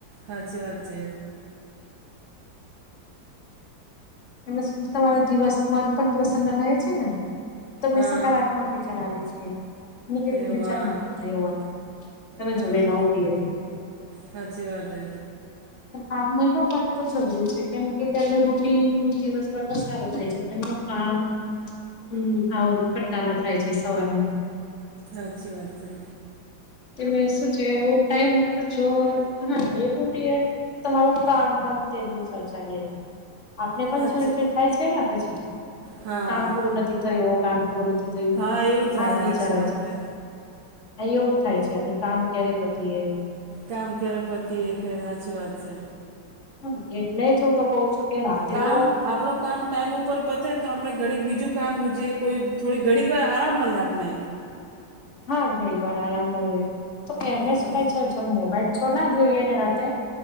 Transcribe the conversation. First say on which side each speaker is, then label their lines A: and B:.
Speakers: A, on the right; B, on the left.
A: સાચી વાત છે.
B: એ તમારા દિવસમાં પણ પ્રસન્ન રહે છે ને, તમને
A: હા
B: સકારાત્મક પછી વિચરાવે છે. નેગેટિવ
A: એવા
B: વિચાર ન આવતા એથી, તમે
A: હા
B: વહેલા ઊઠીએ તો.
A: સાચી વાત એ.
B: આ મહિના માટે તો જરૂરી છે, કેમ કે એમને રૂટિન દિવસભર સારું થાય છે. એનું કામ આમ આવો ફટકામાં થાય છે સવારમાં.
A: હા સારી વાત છે.
B: તે મેં સાચે ટાઈમ તો જોયા લેટ ઊઠી. તમારું કામ પણ તે જ અનુસાર ચાલે. આપણે પણ
A: સાચી
B: ચીડચીડ થાય છે ને, પછી
A: હા
B: કામ પૂરું નથી થયું, કામ પૂરું નથી તો
A: હા એવું થાય
B: આજ વિચાર
A: સાચી
B: હોય
A: વાત
B: છે.
A: હે
B: હા એવું જ થાય છે, આપણે કામ ક્યારે પતાઈયે?
A: કામ ક્યારે પતીએ હાચી વાત છે.
B: હા, એટલે જ હું તો કહું છું. કે રાતે
A: કામ
B: તો
A: આપણું કામ. ટાઈમ ઉપર પતે ને તો આપણે ઘડી બીજું કામ હોવું જોઈએ, કોઈ થોડીક ઘડીક વાર આરામ મળે આપણે.
B: હા, ઘણીક વાર આરામ મળી તો એમને
A: સાચી
B: શું થાય છે? મોબાઈલ છોના જોઈએ ને રાત્રે